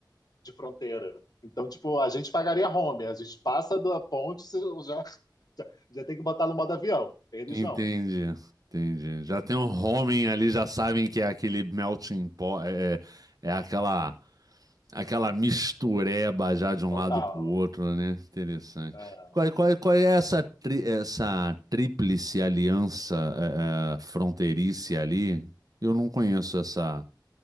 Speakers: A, on the left; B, on the right.
A: de fronteira. Então, tipo, a gente pagaria home, a gente passa da ponte, se- já, já, já tem que botar no modo avião. Eles
B: Entendi,
A: não,
B: entendi. Já tem um homem ali, já sabem que é aquele melting pot, é, é é aquela Aquela mistureba já de um
A: total.
B: lado pro outro, né? Interessante.
A: É,
B: Qual, qual, qual é essa, tri- essa tríplice aliança é, é, fronteiriça ali? Eu não conheço essa.